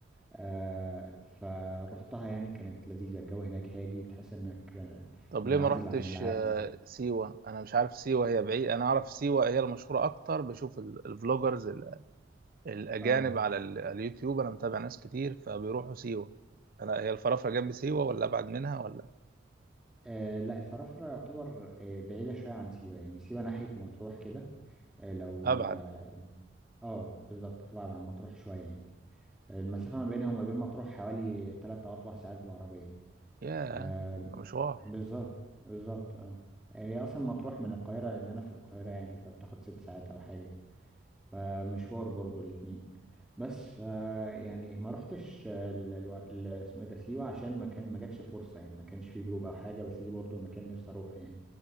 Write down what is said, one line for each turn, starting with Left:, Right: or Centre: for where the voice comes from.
Centre: آه، فرحتها يعني كانت لذيذة الجو هناك هادي وتحس انك آه،
Right: طب
Centre: منعزل
Right: ليه ما رحتش
Centre: عن العالم
Right: آه، سيوه انا مش عارف سيوه هي بعيد انا اعرف سيوه هي المشهوره اكتر بشوف ال- الفلوجرز الأجانب
Centre: اه
Right: على ال- اليوتيوب أنا متابع ناس كتير فبيروحوا سيوة أنا هي الفرافرة جنب سيوة ولا أبعد منها ولا
Centre: آه، لا الفرافرة يعتبر آه، بعيدة شوية عن سيوة يعني سيوة ناحية مطروح كده آه، لو
Right: أبعد
Centre: اه آه، بالظبط أبعد عن مطروح شوية يعني آه، المسافة ما بينها وما بين مطروح حوالي تلات أو أربع ساعات بالعربية
Right: ياه
Centre: آه،
Right: ده مشوار
Centre: بالظبط بالظبط اه هي أصلا مطروح من القاهرة لأن أنا في القاهرة يعني فبتاخد ست ساعات أو حاجة فمشوار برضو الاتنين بس ف يعني ما رحتش ال- الو- ال- اسمه ايه ده سيوة عشان ما كان ما جاتش فرصة يعني ما كانش فيه جروب او حاجة بس دي برضو مكان نفسي اروح يعني